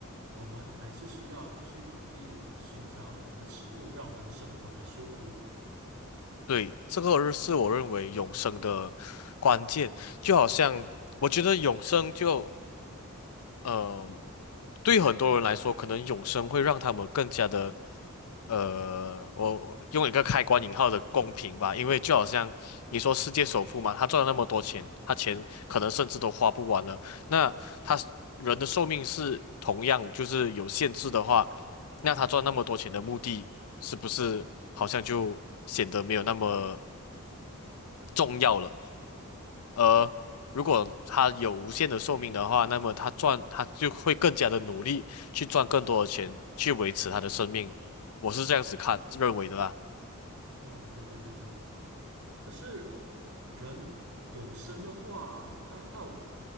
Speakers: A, on the right (about 70°); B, on the left (about 85°).
A: 我们还是需要去努力寻找我们的食物，让我们生活的舒服。
B: 对，这个是我认为永生的关键，就好像我觉得永生就呃，对很多人来说，可能永生会让他们更加的，呃，我我用一个开关引号的公平吧，因为就好像你说世界首富嘛，他赚了那么多钱，他钱可能甚至都花不完了，那他人的寿命是同样就是有限制的话，那他赚那么多钱的目的是不是好像就显得没有那么
A: 嗯，
B: 重要了？而如果他有无限的寿命的话，那么他赚，他就会更加的努力去赚更多的钱，去维持他的生命。我是这样子看，认为的啦。
A: 哦，对对对对。可是人永生的话，他到